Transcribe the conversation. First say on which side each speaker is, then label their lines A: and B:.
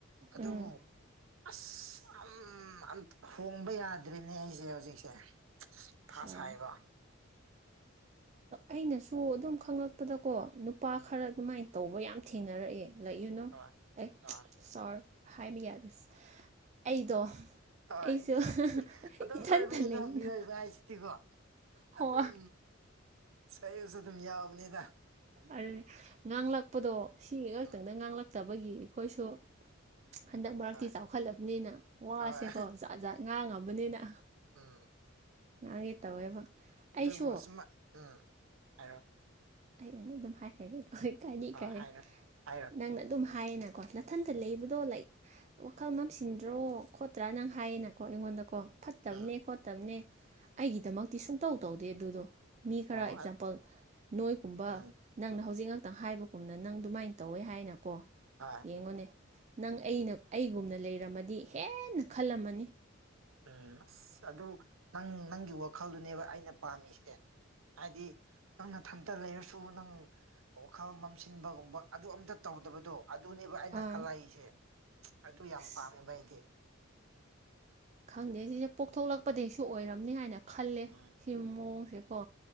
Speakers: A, on the right (about 80°); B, on the right (about 35°).
A: ꯑꯗꯨꯗ
B: ꯎꯝ
A: ꯑꯁ ꯑꯝ ꯍꯣꯡꯕ ꯌꯥꯗ꯭ꯔꯤꯅꯦ ꯑꯩꯁꯦ ꯍꯧꯖꯤꯛꯁꯦ ꯃꯊꯥ
B: ꯑꯆꯥ
A: ꯁꯥꯏꯕ
B: ꯑꯩꯅꯁꯨ ꯑꯗꯨꯝ ꯈꯪꯂꯛꯄꯗꯀꯣ ꯅꯨꯄꯥ
A: ꯎꯝ
B: ꯈꯔ ꯑꯗꯨꯃꯥꯏꯅ ꯇꯧꯕ ꯌꯥꯝ ꯊꯦꯡꯅꯔꯛꯑꯦ ꯂꯩꯌꯨꯅꯨ
A: ꯍꯣꯏ
B: ꯑꯦ
A: ꯍꯣꯏ
B: ꯁꯔ ꯍꯥꯏꯕ ꯌꯥꯗꯦ ꯑꯩꯗꯣ
A: ꯍꯣꯏ
B: ꯑꯩꯁꯨ
A: ꯑꯗꯨꯝ
B: ꯏꯊꯟꯇ
A: ꯁꯣꯏꯕꯅꯤꯗ
B: ꯂꯩꯅ
A: ꯃꯤꯑꯣꯏꯕ ꯍꯥꯏꯕꯁꯤꯗꯤꯀꯣ
B: ꯍꯣꯏ
A: ꯑꯗꯨꯝ ꯁꯣꯏꯕꯁꯨ ꯑꯗꯨꯝ ꯌꯥꯎꯕꯅꯤꯗ
B: ꯑꯗꯨ ꯉꯥꯡꯂꯛꯄꯗꯣ ꯁꯤ ꯈꯛꯇꯪꯗ
A: ꯎꯝ
B: ꯉꯥꯡꯂꯛꯇꯕꯒꯤ ꯑꯩꯈꯣꯏꯁꯨ ꯍꯟꯗꯛ ꯃꯔꯛꯇꯤ
A: ꯍꯣꯏ
B: ꯆꯥꯎꯈꯠꯂꯕꯅꯤꯅ ꯋꯥꯁꯦꯀꯣ
A: ꯍꯣꯏ
B: ꯖꯥꯠ ꯖꯥꯠ ꯉꯥꯡꯉꯕꯅꯤꯅ
A: ꯎꯝ
B: ꯉꯒꯤ ꯇꯧꯋꯦꯕ ꯑꯩꯁꯨ
A: ꯑꯗꯨꯕꯨ ꯁꯨꯝ ꯎꯝ ꯍꯥꯏꯔꯛꯑꯣ
B: ꯑꯩ ꯑꯣꯏꯅ ꯑꯗꯨꯝ ꯍꯥꯏꯈ꯭ꯔꯒꯦ ꯀꯣ ꯏꯀꯥꯏꯗꯤ ꯏꯀꯥꯏ
A: ꯑ ꯍꯥꯏꯔꯣ ꯍꯥꯏꯔꯣ
B: ꯅꯪꯅ ꯑꯗꯨꯝ ꯍꯥꯏꯌꯦ ꯅ ꯀꯣ ꯅꯥꯊꯟꯇ ꯂꯩꯕꯗꯣ ꯂꯥꯏ ꯋꯥꯈꯜ ꯃꯝꯁꯤꯟꯗ꯭ꯔꯣ ꯈꯣꯠꯇ꯭ꯔꯥ ꯅꯪ ꯍꯥꯏꯌꯦꯅꯀꯣ ꯑꯩꯉꯣꯟꯗꯀꯣ ꯐꯠꯇꯕꯅꯦ
A: ꯎꯝ
B: ꯈꯣꯠꯇꯕꯅꯦ ꯑꯩꯒꯤꯗꯃꯛꯇꯤ ꯁꯨꯡꯇꯧ ꯇꯧꯗꯦ ꯑꯗꯨꯗꯣ ꯃꯤ ꯈꯔ
A: ꯑꯣ
B: ꯑꯦꯛꯖꯥꯝꯄꯜ ꯅꯣꯏꯒꯨꯝꯕ
A: ꯎꯝ
B: ꯅꯪꯅ ꯍꯧꯖꯤꯛ ꯉꯥꯛꯇꯪ ꯍꯥꯏꯕꯒꯨꯝꯅ ꯅꯪ ꯑꯗꯨꯃꯥꯏꯅ ꯇꯧꯋꯦ ꯍꯥꯏꯅꯀꯣ
A: ꯑꯥ
B: ꯌꯦꯡꯉꯣꯅꯦ ꯅꯪ ꯑꯩꯅ ꯑꯩꯒꯨꯝꯅ ꯂꯩꯔꯝꯃꯗꯤ ꯍꯦꯟꯅ ꯈꯜꯂꯝꯃꯅꯤ
A: ꯎꯝ ꯑꯁ ꯑꯗꯨ ꯅꯪ ꯅꯪꯒꯤ ꯋꯥꯈꯜꯗꯨꯅꯦꯕ ꯑꯩꯅ ꯄꯥꯝꯃꯤꯁꯦ ꯍꯥꯏꯗꯤ ꯅꯪꯅ ꯊꯝꯇ ꯂꯩꯔꯁꯨ ꯅꯪ ꯋꯥꯈꯜ ꯃꯝꯁꯤꯟꯕꯒꯨꯝꯕ ꯑꯗꯨ ꯑꯝꯇ ꯇꯧꯗꯕꯗꯣ ꯑꯗꯨꯅꯦꯕ ꯑꯩꯅ
B: ꯑꯥ
A: ꯀꯂꯛꯏꯁꯦ ꯑꯗꯨ ꯌꯥꯝ
B: ꯑꯁ
A: ꯄꯥꯝꯃꯦꯕ ꯑꯩꯗꯤ
B: ꯈꯪꯗꯦ ꯁꯤꯁꯦ ꯄꯣꯛꯊꯣꯛꯂꯛꯄꯗꯒꯩꯁꯨ ꯑꯣꯏꯔꯝꯅꯤ ꯍꯥꯏꯅ ꯈꯜꯂꯦ
A: ꯎꯝ
B: ꯁꯤ ꯃꯑꯣꯡꯁꯦꯀꯣ